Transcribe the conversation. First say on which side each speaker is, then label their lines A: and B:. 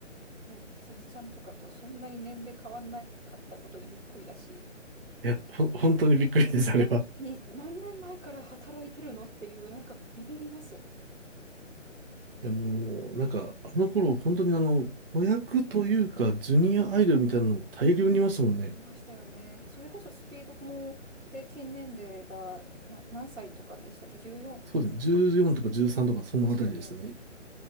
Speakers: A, on the right (about 85°); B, on the right (about 50°).
A: ね、辻ちゃんとかとそんなに年齢変わんなかったことにびっくりだし。
B: や、ほん、本当にびっくりです、
A: え、
B: あれは。
A: に、何年前から働いてるのっていう、なんかビビります。
B: いやもう、なんか、あの頃、本当にあの、子役というか、ジュニアアイドルみたいなの大量にいましたもんね。
A: いましたよね。それこそスピードも平均年齢がな、何歳とかでしたっけ ?14
B: そうですね。14とか13とか、そのあたりですね。
A: ですよね。
B: い